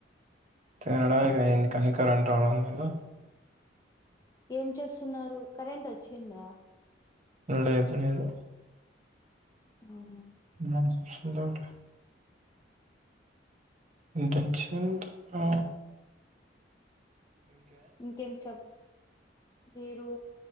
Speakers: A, on the right; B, on the left.
A: తేడాయింది కనికరెం రావడం లేదో
B: ఏం చేస్తున్నారు కరెంట్ వచ్చిందా
A: లేదు లేదు
B: అవున
A: నిదంచ్ ఉంద ఉంట్ ఇంటెన్షన్ పా
B: ఇంకేం చెప్పు లేద్ దు